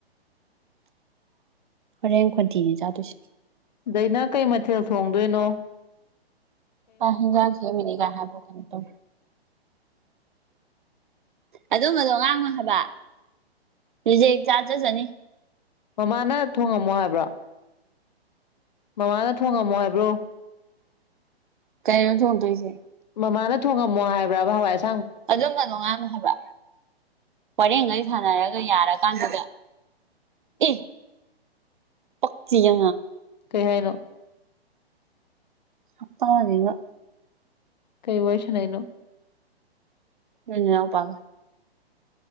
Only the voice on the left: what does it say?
ꯗꯗꯥꯏꯅꯥ ꯀꯩ ꯃꯊꯦꯜ ꯐꯣꯡꯗꯣꯏꯅꯣ
ꯃꯃꯥꯅ ꯊꯣꯡꯉꯝꯃꯣ ꯍꯥꯏꯕ꯭ꯔꯣ ꯃꯃꯥꯅ ꯊꯣꯡꯉꯝꯃꯣ ꯍꯥꯏꯕ꯭ꯔꯣ
ꯃꯃꯥꯅ ꯊꯣꯡꯉꯝꯃꯣ ꯍꯥꯏꯕ꯭ꯔꯕ ꯍꯋꯥꯏꯁ
ꯀꯩ ꯍꯥꯏꯅꯣ
ꯀꯩ ꯋꯥꯔꯁꯅꯥꯅꯣ